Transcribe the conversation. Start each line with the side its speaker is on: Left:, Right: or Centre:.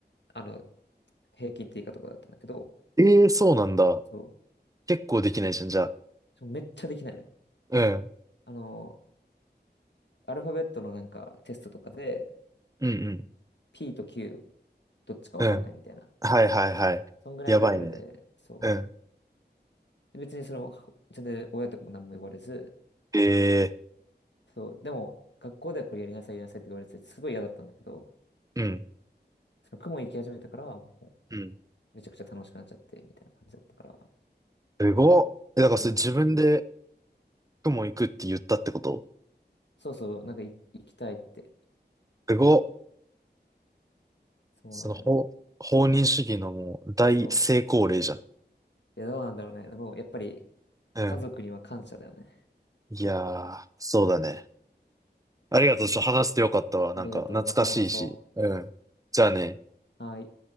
Left: あの、平均って以下とかだったんだけど、
Right: ええ、そうなんだ。
Left: そう。
Right: 結構できないじゃん、じゃあ。
Left: そうめっちゃできないのよ。
Right: うん。
Left: あの、アルファベットのなんかテストとかで、
Right: うん
Left: P と Q どっちかわかんないみたいな。
Right: うん。うん。はいはいはい。
Left: そんぐらいのレベルで、
Right: やばいね。
Left: そう。
Right: うん。
Left: で別にその、全然親とかも何も言われず、
Right: ええ、
Left: そう。でも、学校ではこれやりなさい、やりなさいって言われてすごい嫌だったんだけど、
Right: うん。
Left: その雲行き始めてから、もう
Right: うん。
Left: めちゃくちゃ楽しくなっちゃって、みたいな感じだったから、
Right: すごっ。え、だからそれ自分で
Left: そう、なんか、
Right: 雲行くって言ったってこと
Left: そうそう、なんかい行きたいって、
Right: すごっ。
Left: そうなのよ。
Right: その、法、放任主義のもう大成功例じゃん。
Left: そう。いや、どうなんだろうね。でも、やっぱり、
Right: うん。
Left: 家族には感謝だよね。
Right: いやー、そうだね。ありがとう。ちょっと話してよかったわ。
Left: ありがとう。
Right: なんか懐かしいし。
Left: また話そ
Right: うん。じゃあね。
Left: う。はい。